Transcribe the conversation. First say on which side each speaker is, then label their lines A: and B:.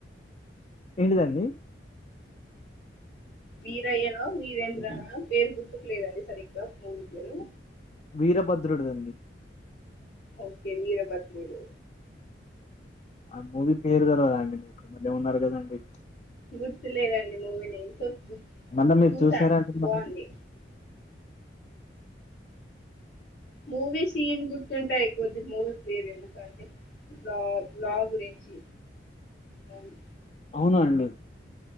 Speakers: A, on the left; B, on the left.
A: ఏంటిదండి
B: వీరయ్యనా వీరేంద్రనా పేరు గుర్తుకు లేదండి సరిగ్గా మూవీ పేరు
A: వీరభద్రుదడి దీ అండి
B: ఓకే విరబాద్రూడు
A: ఆ మూవీ పేరు తెల్వదా అండి మీకు బల్లెవున్నారు కదండి
B: గుర్తు లేదండి మూవీ నేమ్ సో
A: మళ్ళా మీరు
B: చూశాను
A: చూసారంటున్నారు
B: బాగుంది మూవీ సీన్ గుర్తుంటాయితే కొద్ది మూవీ పేరు ఎందుకంటే లా లా గురించి మూవీ
A: అవునా అండి